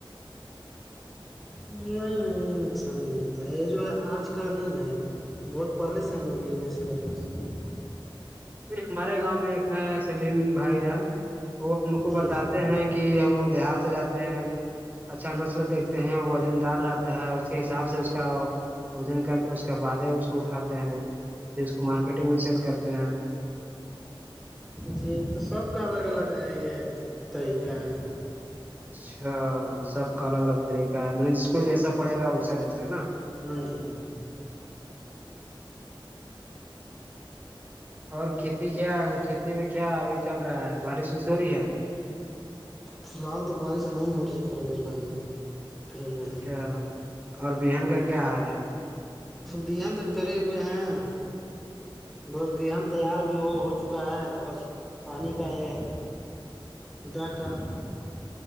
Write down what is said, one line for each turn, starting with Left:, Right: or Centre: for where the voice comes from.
Centre: نہیں نہیں نقصان نہیں ہوتا ہے یہ جو ہے آج کا نہیں ہے بہت پہلے سے ہم لوگ بزنس کرے اس کا
Right: ہمارے گاؤں میں ایک ہے سلیم بھائی جان وہ ہم کو
Centre: جی
Right: بتاتے
Centre: جی
Right: ہیں کہ ہم لوگ دیہات سے جاتے ہیں اچھا نسل دیکھتے ہیں وزن دار رہ تا ہے اس کے حساب سے اس کا وزن کر کے اس بعد ہے کو اٹھاتے ہیں اور پھر اس کو مارکیٹنگ میں سیل کرتے ہیں
Centre: جی تو سب کا الگ الگ یہ ہے طریقہ ہے
Right: اچھا سب کا الگ الگ طریقہ ہے مطلب جس کو جیسا پڑے گا ویسا دیتا ہے نا
Centre: بھائی جان
Right: اور کھیتی کیا کھیتی میں کیا ابھی چل رہا ہے بارش وش ہو رہی ہے
Centre: فی الحال تو بارش نہیں ہو رہی ہے فیروز بھائی فروز بھائی
Right: اچھا اور بہان کا کیا حال ہے
Centre: بیانات کرے ہوئے ہیں بس بہان تیار بھی ہو چکا ہے بس پانی کا یہ ہے خدا کا